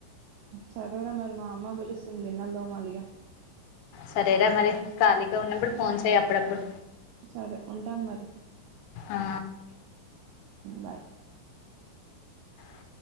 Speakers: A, on the right; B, on the left.
A: సరేరా మరి మా అమ్మా విలుస్తుందిన్నల్దోమాలయ
B: సరేరా మరి కాలిక ఉన్నప్పుడు ఫోన్ చేయ్య అప్పుడప్పుడు
A: సరే ఉంటాను మరి
B: ఆ
A: బాయ్
B: అ